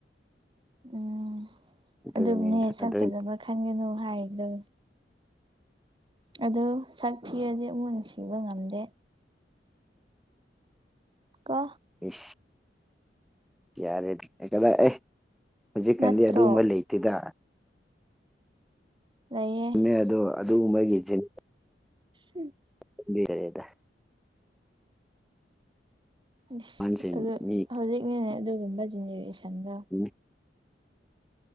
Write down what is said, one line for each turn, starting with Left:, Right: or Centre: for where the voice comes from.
Right: ꯎꯝ
Centre: ꯑꯗꯨꯅꯤꯅ
Right: ꯑꯗꯨꯝꯅꯦ
Centre: ꯑꯗꯨ
Right: ꯁꯛ ꯐꯖꯕ ꯈꯛ ꯈꯟꯒꯅꯨ ꯍꯥꯏꯌꯦ ꯗꯨꯝ ꯑꯗꯣ ꯁꯛ ꯊꯤꯔꯗꯤ ꯑꯃꯨꯛ ꯅꯨꯡꯁꯤꯕ ꯉꯝꯗꯦ ꯀꯣ
Centre: ꯏꯁ ꯌꯥꯔꯦꯗꯤ ꯀꯗꯥꯏ ꯑꯦ ꯍꯧꯖꯤꯛꯀꯥꯟꯗꯤ
Right: ꯅꯠꯇ꯭ꯔꯣ
Centre: ꯑꯗꯨꯒꯨꯝꯕ ꯂꯩꯇꯦꯗ
Right: ꯂꯩꯏꯌꯦ
Centre: ꯊꯝꯃꯦ ꯑꯗꯣ ꯑꯗꯨꯒꯨꯝꯕꯒꯤ ꯖꯤꯟ
Right: ꯎꯝ
Centre: ꯑꯗꯨꯗꯤ ꯇꯜꯂꯦꯗꯥ
Right: ꯏꯁ
Centre: ꯑꯍꯟꯁꯤꯡ
Right: ꯑꯗꯨ
Centre: ꯃꯤ
Right: ꯍꯧꯖꯤꯛꯅꯤꯅꯦ ꯑꯗꯨꯒꯨꯝꯕ ꯖꯦꯅꯦꯔꯦꯁꯟꯗꯣ
Centre: ꯎꯝ